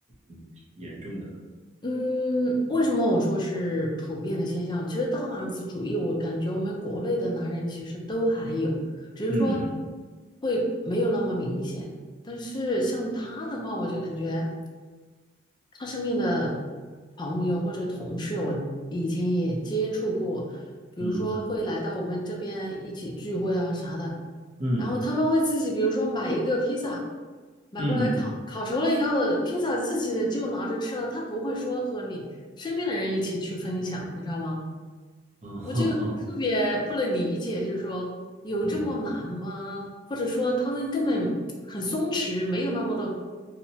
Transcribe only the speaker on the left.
嗯，为什么我说是普遍的现象？其实大男子主义，我感觉我们国内的男人其实都还有，只是说
会没有那么明显。但是像他的话，我就感觉他身边的朋友或者同事，我以前也接触过，比如说会来到我们这边一起聚会啊啥的。
然后他们会自己，比如说买一个披萨，买过来烤，
烤熟了以后，披萨自己就拿着吃了，他不会说和你身边的人一起去分享，你知道吗？
我就特别不能理解，就是说有这么难吗？
或者说他们根本很松弛，没有那么的